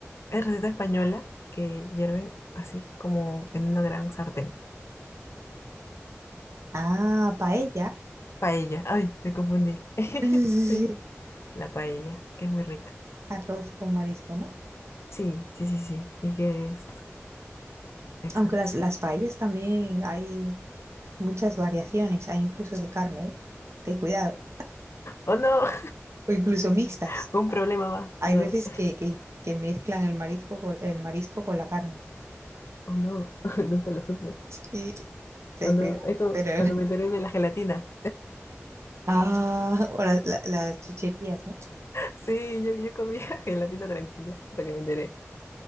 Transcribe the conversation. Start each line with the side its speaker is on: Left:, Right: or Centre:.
Left: Es receta española que hierven así como en una gran sartén.
Right: Ah, paella.
Left: Paella. Ay, me confundí. <laughs>
Right: <laughs> Sí,
Left: Sí,
Right: sí.
Left: la paella, que es muy rica.
Right: arroz con marisco, ¿no?
Left: Sí, sí, sí, sí. Y que es exacto.
Right: Aunque las, las paellas también hay, muchas variaciones, hay incluso de carne, ¿eh? ten cuidado,
Left: Oh no,
Right: o incluso mixtas.
Left: <laughs> un problema más.
Right: Hay
Left: No,
Right: veces que, que, que mezclan el marisco con, el marisco con la carne.
Left: oh no, <laughs> nunca lo supe.
Right: Y ten
Left: Oh no,
Right: cuidado.
Left: es como
Right: Pero,
Left: cuando me enteré de la gelatina.
Right: <laughs> ah, o la- la- las chucherías, ¿no?
Left: <laughs> Sí, yo, yo comía <laughs> gelatina tranquila hasta que me enteré.